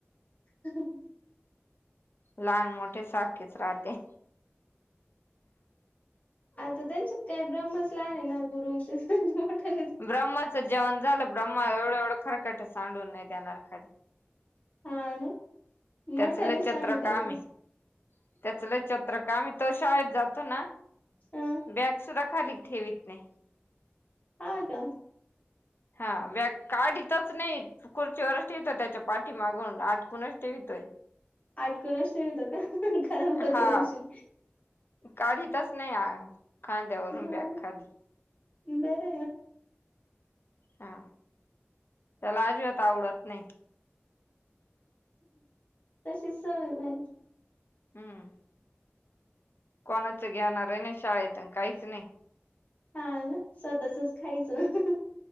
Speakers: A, on the left; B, on the left.
A: हम
B: लहान मोठे सारखेच राहते
A: आता त्यांच्यात काय ब्रह्मस लहान आहे ना गुरु मोठा
B: ब्रह्माचं जेवण झालं ब्रम्म एवढं एवढं खरखट सांडून नाही देणार काा
A: हा ना मोठ्यालाच
B: त्याचले चत्रका
A: सांगितल
B: आम्ही
A: का
B: त्याचले चत्रक आम्ही तो शाळेत जातो ना
A: हम
B: बॅग सुद्धा खाली ठेवीत नाही
A: हा का
B: हा व काढथच नाही खुर्ची ववरच ठेवतो त्याच्या पाठी मागून आठकुणच ठेवतोय
A: आटको अ अस य का खराब होती
B: हा
A: म्हणशील
B: काढतच नाही खांद्यावरून
A: हा
B: बॅग खाली
A: बर
B: हा त्याला अजिबात आवडत नाही
A: तशी सवय बारी
B: हम्म कोणाच घेणार आहे नाही शाळेत काहीच नाही
A: हा ना स्वतःचच खायचं